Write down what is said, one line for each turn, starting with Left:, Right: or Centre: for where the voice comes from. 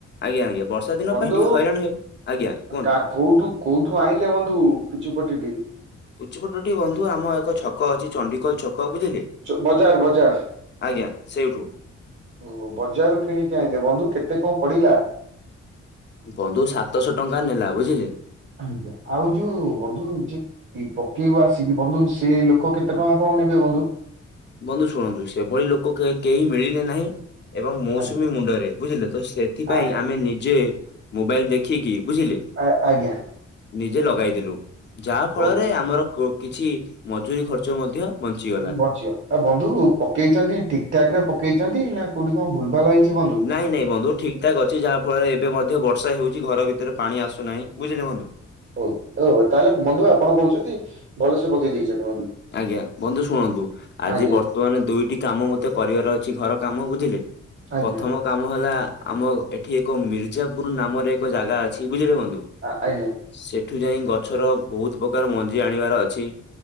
Left: ଆଜ୍ଞା ଆଜ୍ଞା ବର୍ଷା ଦିନ
Right: ବନ୍ଧୁ
Left: ପାଇଁ ଟିକେ ହଇରାଣ ହେବୁ। ଆ-ଜ୍ଞା କୁହନ୍ତୁ।
Right: କା କୋଉଠୁ କୋଉଠୁ ଆଣିଲେ ବନ୍ଧୁ ପିଚୁପଟିଟେ?
Left: ପିଚୁପଟି ଟି ବନ୍ଧୁ ଆମ ଏକ ଛକ ଅଛି ଚଣ୍ଡିକୋଲ ଛ କ ବୁଝିଲେ।
Right: ବଜାର ବଜାର
Left: ଆଜ୍ଞା ସେଇଠୁ।
Right: ଓହୋ ବଜାରରୁ କିଣିକି ଆଣିଲେ ବନ୍ଧୁ କେତେ କଣ ପଡିଲା?
Left: ବନ୍ଧୁ ସାତଶହ ଟଙ୍କା ନେଲା ବୁଝିଲେ।
Right: ଆଜ୍ଞା ଆଉ ଯୋଉ ବନ୍ଧୁ ଯେ କି ପକେଇବୁ ଆସିକି ବନ୍ଧୁ ସେ ଲୋକ କେତେ ଟଙ୍କା କଣ ନେବେ ବନ୍ଧୁ?
Left: ବନ୍ଧୁ ଶୁଣନ୍ତୁ ସେଭଳି ଲୋକ କେ କେହି ମିଳିଲେ ନାହିଁ ଏବଂ ମୌସୁମୀ
Right: ଆଜ୍ଞା
Left: ମୁଣ୍ଡରେ ବୁଝିଲେ ତ ସେଥିପାଇଁ
Right: ଆଜ୍ଞା
Left: ଆମେ ନିଜେ ମୋବାଇଲ ଦେଖିକି ବୁଝିଲେ।
Right: ଆ ଆଜ୍ଞା।
Left: ନିଜେ ଲଗାଇଦେଲୁ ଯାହା ଫଳରେ
Right: ଓ
Left: ଆମର କ କିଛି ମଜୁୁରୀ ଖର୍ଚ୍ଚ ମଧ୍ୟ ବଞ୍ଚିଗଲା।
Right: ବଚିବ ଆଉ ବନ୍ଧୁ ପକେଇଛନ୍ତି ଠିକ ଠାକ ରେ ପକେଇଛନ୍ତି ନା କୋଉଠି କଣ ଭୁଲ ଭାଲ ହେଇଛି। ବନ୍ଧୁ?
Left: ନାଇଁ ନାଇଁ ବନ୍ଧୁ ଠିକ୍ ଠାକ୍ ଅଛି ଯାହା ଫଳରେ ଏବେ ମଧ୍ୟ ବର୍ଷା ହେଉଛି ଘର ଭିତରେ ପାଣି ଆସୁନାହିଁ ବୁଝିଲେ ବନ୍ଧୁ।
Right: ହଉ ହଉ ତାହେଲେ ବନ୍ଧୁ ଆପଣ କହୁଛନ୍ତି ଭଲସେ ପକେଇ ଦେଇଛନ୍ତି ବନ୍ଧୁ।
Left: ଆଜ୍ଞା ବନ୍ଧୁ ଶୁଣନ୍ତୁ ଆଜି
Right: ଆଜ୍ଞା
Left: ବର୍ତ୍ତ ମାନ ଦୁଇଟି କାମ ମତେ କରିବାର ଅଛି ଘର କାମ ବୁଝିଲେ।
Right: ଆଜ୍ଞା
Left: ପ୍ରଥମ କାମ ହେଲା ଆମ ଏଠି ଏକ ମିର୍ଜାପୁର ନାମରେ ଏକ ଜାଗା ଅଛି ବୁଝିଲେ ବନ୍ଧୁ।
Right: ଆ ଆଜ୍ଞା
Left: ସେଠୁ ଯାଇଁ ଗଛର ବୋହୁତ ପକାର ମଞ୍ଜି ଆଣିବାର ଅଛି।